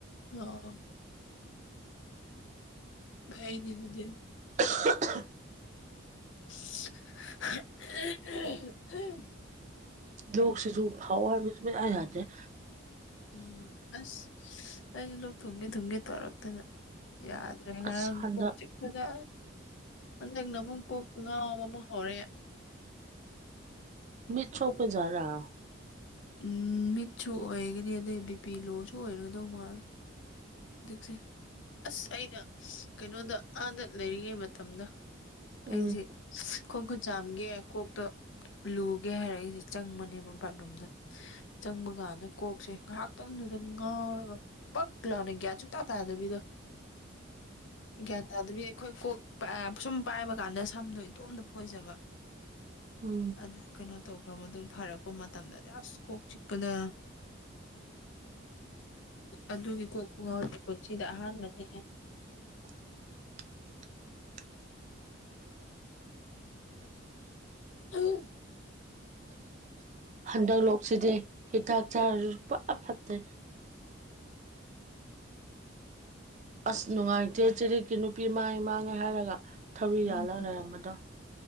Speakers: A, on the left (about 70°); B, on the right (about 35°).
A: ꯑ ꯍꯥꯏꯩꯗꯤꯗꯨꯗꯤ
B: <inaudible>
A: ꯎ
B: ꯂ ꯁꯤꯁꯨ ꯍꯋꯥ ꯌꯥꯗꯦ
A: ꯎꯝ ꯑꯁ ꯑꯩꯁꯨ ꯂꯣꯛ ꯊꯨꯡꯒꯦ ꯊꯨꯝꯒꯦ ꯇꯧꯔꯛꯇꯅ ꯌꯥꯗ꯭ꯔꯦ ꯉꯔꯥꯡ
B: ꯑꯁ ꯍꯟꯗꯛ
A: ꯀꯣꯛ ꯆꯤꯛꯄꯗ ꯍꯟꯗꯛꯅ ꯑꯃꯨꯛ ꯀꯣꯛ ꯉꯥꯎꯕ ꯑꯃꯨꯛ ꯍꯧꯔꯦ
B: ꯃꯤꯠ ꯆꯧꯄꯦ ꯔ
A: ꯎꯝ ꯃꯤꯠꯁꯨ ꯑꯣꯏꯒꯅꯤ ꯑꯗꯩ ꯕꯤ ꯄꯄꯤ ꯂꯣꯁꯨ ꯑꯣꯏꯔꯗꯧ ꯃꯥꯜ ꯍꯧꯛꯁꯦ ꯑꯁ ꯑꯩꯅ ꯀꯩꯅꯣꯗ ꯑꯥꯗ ꯂꯩꯔꯤꯉꯩ ꯃꯇꯝꯗ ꯑꯩꯁꯦ
B: ꯎꯝ
A: ꯈꯣꯡ ꯈꯨꯠ ꯆꯥꯝꯒꯦ ꯀꯣꯛꯇ ꯂꯨꯒꯦ ꯍꯥꯏꯔꯛꯏꯁꯦ ꯆꯪꯕꯅꯦꯕ ꯕꯥꯠꯔꯨꯝꯗ
B: ꯎ
A: ꯆꯪꯕ ꯀꯥꯟꯗ ꯀꯣꯛꯁꯦ ꯉꯥꯏꯍꯥꯛꯇꯪꯗꯨꯗ ꯉꯥꯎꯔꯒ ꯄꯛ ꯂꯥꯅ ꯒ꯭ꯌꯥꯟ ꯁꯨꯡꯇꯥ ꯇꯥꯗꯕꯤꯗꯣ
B: <inaudible>
A: ꯀꯌꯥ ꯇ ꯑꯗꯃꯤ ꯑꯩꯈꯣꯏ ꯀꯣꯛ ꯁꯨꯝ ꯄꯥꯏꯕ ꯀꯥꯟꯗ ꯁꯝꯗꯣ ꯏꯇꯣꯝꯇ ꯐꯣꯏꯖꯕ
B: ꯎꯝ
A: ꯑꯗꯨ ꯀꯩꯅꯣ ꯇꯧꯈ꯭ꯔꯕ ꯃꯇꯨꯡ ꯑꯗꯨ ꯐꯔꯛꯄ ꯃꯇꯝꯗꯗꯤ ꯑꯁ ꯀꯣꯛ ꯆꯤꯞꯄꯗ ꯑꯗꯨꯒꯤ ꯀꯣꯛ ꯈꯨꯡꯒꯥꯎꯒꯤ ꯄꯨꯟꯁꯤꯗ ꯑꯍꯥꯟꯕꯅꯤꯍꯦ
B: <inaudible>
A: ꯎ ꯎ
B: ꯍꯟꯗꯛ ꯂꯣꯛꯁꯤꯗꯤꯦ ꯍꯤꯗꯥꯛ ꯆꯥꯔꯁꯨ ꯐꯠ ꯐꯠꯇꯦ ꯑꯁ ꯅꯨꯡꯉꯥꯏꯇꯦ ꯆꯦꯔꯠꯀꯤ ꯅꯨꯄꯤ ꯃꯥꯡꯉꯦ ꯃꯥꯡꯉꯦ ꯍꯥꯏꯔꯒ ꯊꯧꯔꯤ
A: ꯎꯝ
B: ꯌꯥꯂꯥ ꯂꯩꯔꯝꯕꯗꯣ